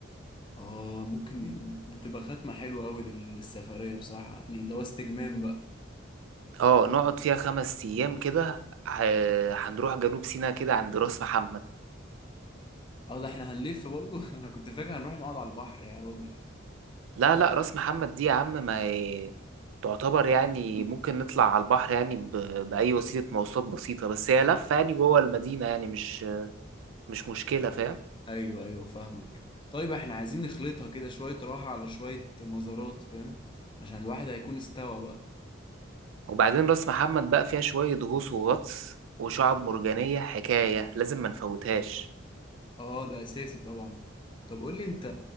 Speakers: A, on the left; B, on the right.
A: اه ممكن دي تبقى ختمة حلوة قوي لل- للسفرية بصراحة يعني اللي هو استجمام بقى
B: اه نقعد فيها خمس ايام كده ه- هنروح جنوب سيناء كده عند راس محمد
A: اه ده احنا هنلف برضو <laughs> انا كنت فاكر هنروح نقعد على البحر يا راجل
B: لا لا راس محمد دي يا عم ما هي- تعتبر يعني ممكن نطلع على البحر يعني ب... بأي وسيلة مواصلات بسيطة بس هي لفة يعني جوه المدينة يعني مش مش مشكلة فاهم
A: ايوه ايوه فاهمك طيب احنا عايزين نخلطها كده شوية راحة على شوية مزارات فاهم عشان الواحد هيكون استوى بقى
B: وبعدين راس محمد بقى فيها شوية غوص وغطس وشعب مرجانية حكاية لازم ما نفوتهاش
A: اه ده اساسي طبعا طب قول لي انت